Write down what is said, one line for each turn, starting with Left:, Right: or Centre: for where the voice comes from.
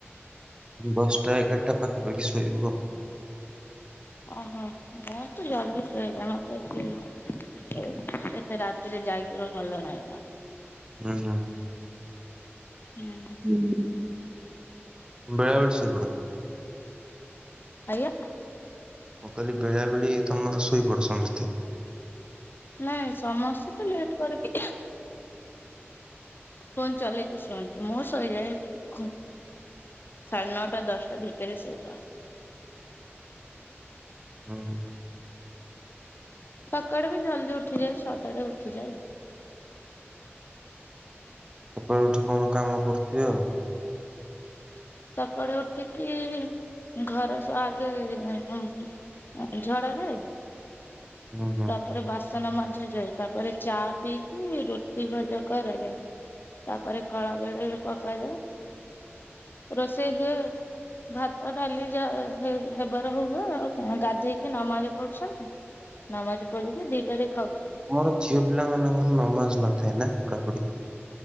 Right: ବଶ୍ ଟାଏଗାରଟା ପାଖାପାଖି ଶୋଇବୁ ଆଉ।
Left: ଓହୋ ମର ତ ଜଲଦି ଶୋଇବ <unintelligible> ଏତେ ରାତିରେ ଯାଗିବ ଭଲ ନାହିଁମ।
Right: <unintelligible>
Left: ହୁଁ।
Right: ବେଳେବେଳେ ଶୋଇପଡ଼।
Left: ଆଜ୍ଞା?
Right: ମୁଁ କଲି ବେଳାବେଳି ତମର ଶୋଇପଡ ସମସ୍ତେ?
Left: ନାଇଁ ସମସ୍ତେ ତ ଲେଟ କରିକି ଫୋନ୍ ଚଲେଇକି ଶୁଅନ୍ତି ମୁଁ ଶୋଇଯାଏ <inaudible> ସାଢ଼େ ନଅଟା ଦଶଟା ଭିତରେ ଶୋଇବା।
Right: ହୁଁହୁଁ।
Left: ସକାଳୁ ବି ଜଲ୍ଦି ଉଠିଯାଏ ଛଅ ଟାରେ ଉଠିଯାଏ।
Right: ସକାଳୁ ଉଠି କଣ କାମ କରୁଥିବ ଆଉ।
Left: ସକାଳେ ଉଠିକି ଘର ସ ଆଗେ ଏଁ ଏଁ <inaudible> ଆଗେ ଝଡ଼ା ଯାଏ
Right: ହୁଁ ହୁଁ।
Left: ତାପରେ ବାସ ସନ ମଜାଯାଏ ତାପରେ ଚା ପିଇକି ରୁଟି ଭଜା କରାଯାଏ। ତାପରେ ଖଳା ବେଳେ ପକାଯାଏ। ରୋଷେଇ ହୁଏ ଭାତ ଡାଲି ଯା ହେ ହେବାର ହୁଏ ଆଉ ଗାଧେଇ କି ନମାଜ ପଢୁଛନ୍ତି ନମାଜ ପଢିକି ଦିଟାରେ ଖାଉଛନ୍ତି।
Right: ମର ଝିଅ ପିଲା ମାନଙ୍କର ନମାଜ ନଥାଏ ନା ପଢାପଢି?